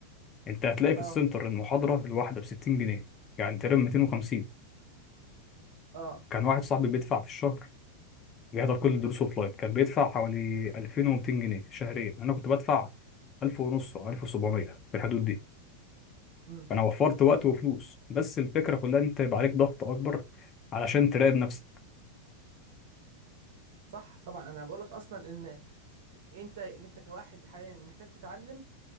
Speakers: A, on the left; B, on the right.
A: انت هتلاقي في
B: اه
A: السنتر المحاضره الواحده ب 60 جنيه يعني تقريبا 250
B: اه
A: كان واحد صاحبي بيدفع في الشهر بيحضر كل الدروس اوفلاين كان بيدفع حوالي 2200 جنيه شهريا انا كنت بدفع 1000 ونص او 1700 في الحدود دي
B: امم
A: فانا وفرت وقت وفلوس بس الفكره كلها إن انت يبقى عليك ضغط اكبر علشان تراقب نفسك
B: صح طبعا انا بقول لك اصلا ان انت انت كواحد حاليا محتاج تتعلم